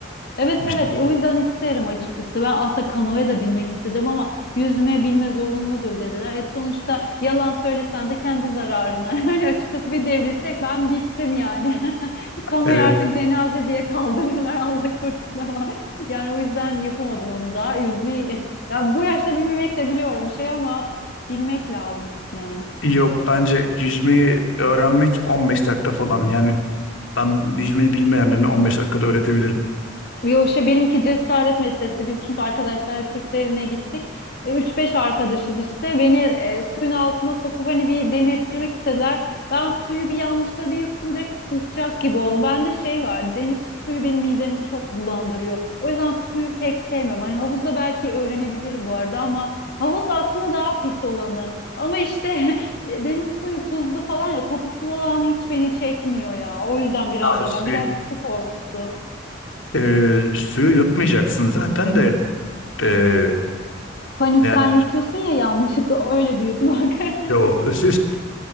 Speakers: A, on the left; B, on the left.
A: Evet
B: Bir
A: evet
B: şey.
A: E, o yüzden isterim açıkçası. Ben aslında kanoya da binmek istedim ama yüzme bilme zorunludur dediler. Et sonuçta yalan söylesen de kendi zararına. <laughs> Yani açıkçası bir devrilsek ben bittim yani. <laughs> Kanoyu
B: Evet.
A: artık cenaze diye kaldırırlar <laughs> Allah korusun ama. Yani o yüzden yapamadım onu da. Yüzmeyi ya bu yaşta bilmemek de biliyorum şey ama bilmek lazım yani.
B: Yok bence yüzmeyi öğrenmek 15 dakika falan. Yani ben yüzmeyi bilmeyen birine 15 dakikada öğretebilirim.
A: Yo işte benimki cesaret meselesi. Biz çünkü arkadaşlar Kırklareli'ne gittik. E, 3-5 arkadaşız işte. Beni e, suyun altına sokup hani bir denettirmek istediler. Ben suyu bir yanlışlıkla bir yuttum direkt kusacak gibi oldum. Bende şey var deniz suyu benim midemi çok bulandırıyor. O yüzden suyu pek sevmiyorum. Hani havuzda belki öğrenebilirim bu arada ama havuz aslında daha pis olanı. Ama işte <laughs> deniz suyu tuzlu falan ya kokusu falan hiç beni çekmiyor ya. O yüzden biraz
B: Daha
A: da
B: suyu,
A: ben biraz da su korkusu.
B: e, suyu yutmayacaksın zaten de. E,
A: Panikten
B: yani
A: yutuyorsun ya yanlışlıkla öyle bir yutmak. <laughs>
B: o <laughs>